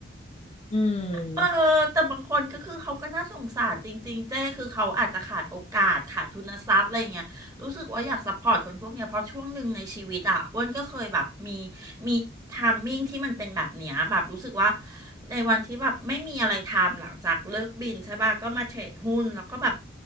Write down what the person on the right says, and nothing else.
เออแต่บางคนก็คือเขาก็น่าสงสารจริงๆเจ้คือเขาอาจจะขาดโอกาสขาดทุนทรัพย์อะไรเงี้ยรู้สึกว่าอยากซัพพอร์ตคนพวกเนี้ยเพราะช่วงหนึ่งในชีวิตอ่ะอ้วนก็เคยแบบมีมีไทามมิ่งที่มันเป็นแบบเนี้ยแบบรู้สึกว่าในวันที่แบบไม่มีอะไรทำหลังจากเลิกบินใช่ป่ะก็มาเทรดหุ้นแล้วก็แบบ